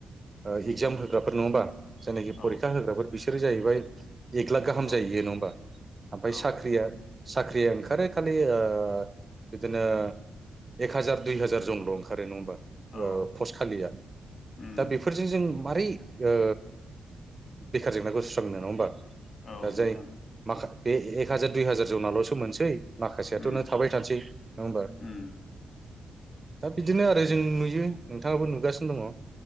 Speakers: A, on the right; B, on the left.
A: ओ इगजाम होग्राफोर नङाबा जायनाखि परि
B: औ
A: फोर बिसोरो जाहैबाय एक लाख गाहाम जाहैयो
B: औ
A: नङा होमबा ओमफ्राय
B: औ
A: साख्रिया साख्रि ओंखारो खालि ओ बिदिनो एक हाजार दुइ हाजार जनल' ओंखारो नङा होमबा
B: औ
A: पस्ट खालिया
B: उम
A: दा बेफोरजों जों मारै ओ बेखार जेंनाखौ सुस्रांनो नङा होमबा
B: औ
A: दा जाय
B: नोंथां
A: माखा बे एक हाजार दुइ हाजार जौनाल'सो मोनसै माखासेयाथ'
B: उम
A: नों थाबाय थानोसै नङा होमबा
B: उम
A: दा बिदिनो आरो जों नुयो नोंथाङाबो नु नुगासिनो दङ'